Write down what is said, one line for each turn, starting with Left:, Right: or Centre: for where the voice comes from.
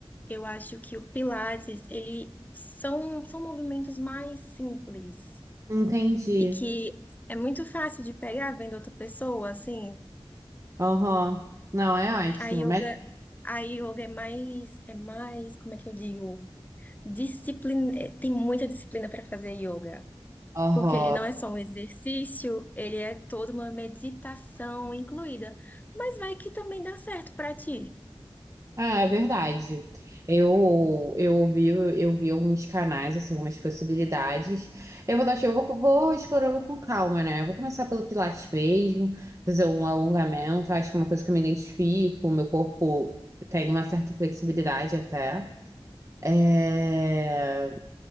Left: Eu acho que o Pilates, ele são, são movimentos mais simples
Right: Entendi.
Left: e que é muito fácil de pegar vendo outra pessoa, assim.
Right: Aham. Não, é ótimo.
Left: A yoga,
Right: Melhor.
Left: a yoga é mais, é mais, como é que eu digo? Disciplina, é, tem muita disciplina para fazer yoga,
Right: Aham.
Left: porque ele não é só um exercício, ele é toda uma meditação incluída. Mas vai que também dá certo para ti.
Right: Ah, é verdade. Eu eu ouvi eu vi alguns canais assim, algumas possibilidades. Eu vou dar, eu vou, vou explorando com calma, né? Vou começar pelo Pilates mesmo, fazer um alongamento. Acho que é uma coisa que eu me identifico. Meu corpo tem uma certa flexibilidade até. É,